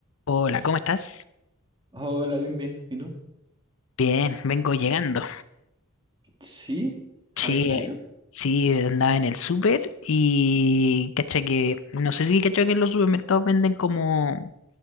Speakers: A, on the left (about 65°); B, on the right (about 20°).
A: Hola, ¿cómo estás?
B: Hola, bien, bien. ¿Y tú?
A: Bien, vengo llegando.
B: ¿Sí? ¿Habéis
A: Sí,
B: salió
A: eh, sí, andaba en el súper y cacha que, no sé si cacha que en los supermercados venden como,